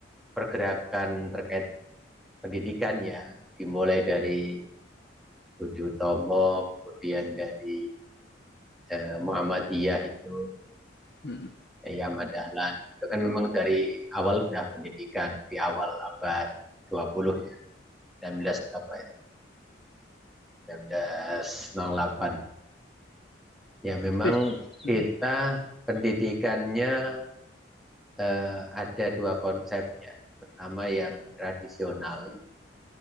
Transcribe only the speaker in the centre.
pergerakan terkait pendidikan ya dimulai dari Budi Utomo, kemudian dari eh, Muhammadiyah itu
Yai Ahmad Dahlan. Itu kan memang dari awal sudah pendidikan di awal abad 20 ya, 19 berapa itu? sembilan belas nol delapan Ya memang
kita pendidikannya eh, ada dua konsep ya. Pertama yang tradisional